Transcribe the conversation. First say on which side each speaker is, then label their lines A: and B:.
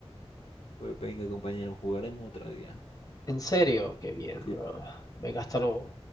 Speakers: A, on the left; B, on the left.
A: Pues venga, compañero, jugaremos otro día.
B: En serio, qué bien,
A: Sí.
B: bro. Venga, hasta luego.